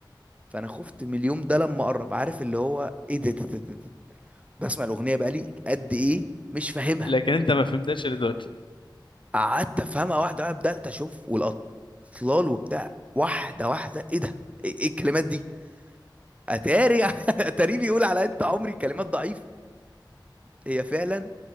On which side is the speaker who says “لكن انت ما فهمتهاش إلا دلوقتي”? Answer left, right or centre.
Left